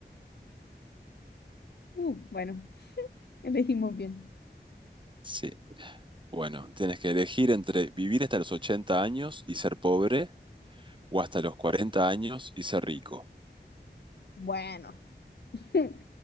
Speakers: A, on the left; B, on the right.
A: Uh, bueno, elegimos bien.
B: Sí. Bueno, tienes que elegir entre vivir hasta los 80 años y ser pobre o hasta los 40 años y ser rico.
A: Bueno, <laughs>